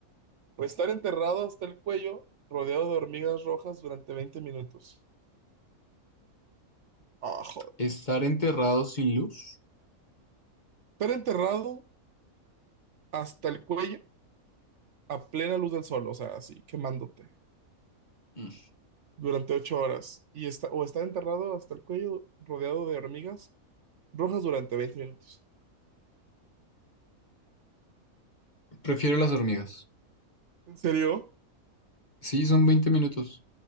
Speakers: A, on the right; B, on the left.
A: ¿O estar enterrado hasta el cuello rodeado de hormigas rojas durante 20 minutos? Ah, joder.
B: Estar enterrado sin luz.
A: Estar enterrado hasta el cuello a plena luz del sol, o sea, así, quemándote
B: Mm.
A: durante ocho horas. Y está, o estar enterrado hasta el cuello rodeado de hormigas rojas durante 20 minutos.
B: Prefiero las hormigas.
A: ¿En serio?
B: Sí, son 20 minutos.